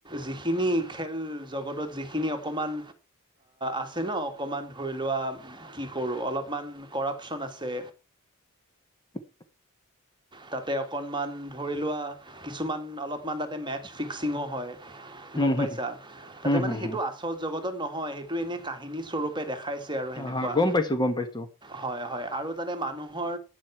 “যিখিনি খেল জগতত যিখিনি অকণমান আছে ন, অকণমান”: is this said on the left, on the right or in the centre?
Right